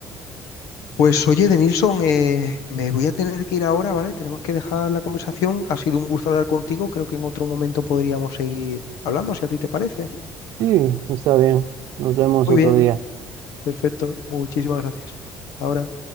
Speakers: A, on the left; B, on the right.
A: pues oye, Denilson, eh, me voy a tener que ir ahora, ¿vale? Tenemos que dejar la conversación. Ha sido un gusto hablar contigo. Creo que en otro momento podríamos seguir hablando, si a ti te parece.
B: Sí, está bien. Nos vemos
A: Muy
B: otro
A: bien,
B: día.
A: perfecto. Muchísimas gracias. Ahora.